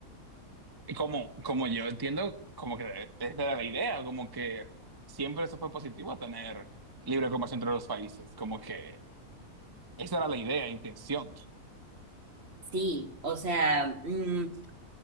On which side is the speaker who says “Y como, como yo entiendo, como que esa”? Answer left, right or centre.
Right